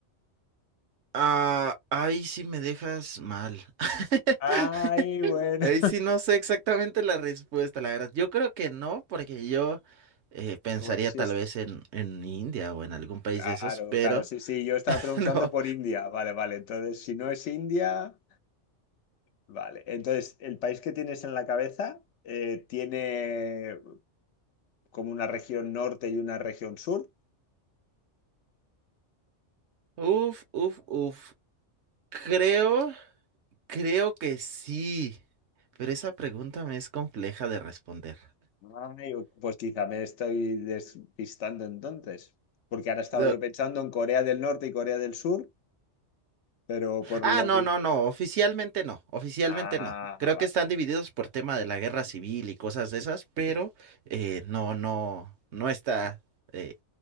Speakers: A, on the right; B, on the left.
A: Ah, ahí sí me dejas mal. <laughs>
B: Ay, bueno.
A: Ahí sí no sé exactamente la respuesta, la verdad. Yo creo que no, porque yo eh, pensaría
B: Bueno, sí
A: tal
B: es...
A: vez en, en India o en algún país
B: Claro,
A: de esos, pero
B: claro, sí, sí, yo estaba
A: <laughs>
B: preguntando
A: no.
B: por India, vale, vale, entonces si no es India, vale, entonces el país que tienes en la cabeza eh, tiene como una región norte y una región sur,
A: Uf, uf, uf. Creo, creo que sí. Pero esa pregunta me es compleja de responder.
B: Ay, pues quizá me estoy despistando entonces, porque
A: <laughs>
B: ahora estaba
A: No,
B: yo pensando en Corea del Norte y Corea del Sur, pero por
A: Ah,
B: lo
A: no,
B: que...
A: no, no, oficialmente no, oficialmente
B: Ah,
A: no. Creo
B: vale.
A: que están divididos por tema de la guerra civil y cosas de esas, pero eh, no, no, no está eh,